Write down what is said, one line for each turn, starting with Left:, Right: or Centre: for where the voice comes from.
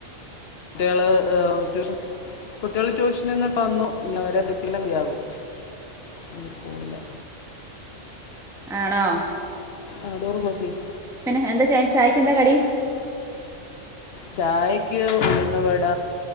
Left: കുട്ട്യാള് ഏഹ് ട്യൂഷൻ <unintelligible> കുട്ട്യാള് ട്യൂഷനിന്നൊക്കെ വന്നു ഇന്നവരെ പ്രിപ്പി <unintelligible> ആകും അതൊരു ഫോണിലാ
Centre: ആണോ
Left: ആഹ് ഡോറ് ക്ലോസ് ചെയ്യ്
Centre: പിന്നെ എന്താ ചെയ്ന്ന് ചായെക്കെന്താ കടി
Left: ചായക്ക് ഉഴുന്നുവട